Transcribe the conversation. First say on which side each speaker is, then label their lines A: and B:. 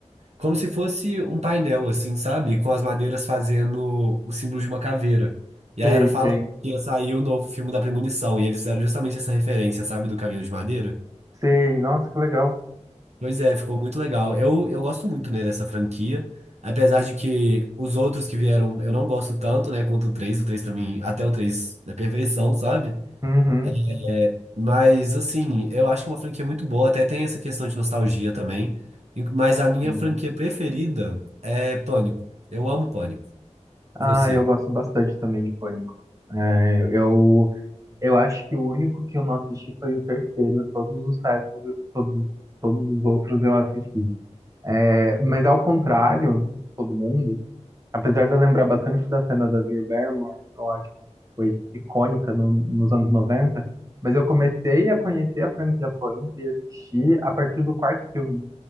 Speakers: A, on the right; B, on the right.
A: como se fosse um painel, assim, sabe? Com as madeiras fazendo o símbolo de uma caveira. E aí
B: Sei,
A: era falando
B: sei.
A: que ia sair o novo filme da Premonição, e eles fizeram justamente essa referência, sabe, do caminhão de madeira.
B: Sei, nossa, que legal.
A: Pois é, ficou muito legal. Eu, eu gosto muito, né, dessa franquia. Apesar de que os outros que vieram eu não gosto tanto, né, quanto o três O 3 pra mim, até o 3 é perfeição, sabe?
B: Uhum.
A: É, Mas, assim, eu acho que é uma franquia muito boa. Até tem essa questão de nostalgia também. E- Mas a minha
B: Sim.
A: franquia preferida é Pânico. Eu amo Pânico. Você.
B: Ah, eu gosto bastante também de Pânico. É, eu, eu acho que o único que eu não assisti foi o terceiro. Todos os restos, todos, todos os outros eu assisti. É, mas ao contrário de todo mundo, apesar de eu lembrar bastante da cena da Drew Barrymore, eu acho que foi icônica no- nos anos 90, mas eu comecei a conhecer a franquia Punk e assistir a partir do quarto filme.